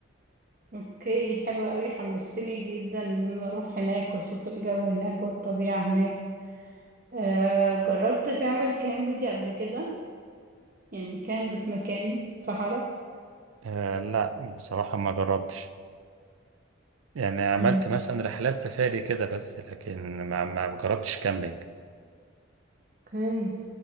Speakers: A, on the right; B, on the right.
A: اوكي حلوة قوي حمستني جدا ان انا اروح هناك واشوف الجو هناك والطبيعه هناك آه جربت تعمل كامبينج قبل كده يعني كامب في مكان صحراء
B: آه لا بصراحة ما جربتش يعني عملت
A: إيه،
B: مثلا رحلات سفاري كده بس لكن ما ما جربتش كامبينج
A: اوكي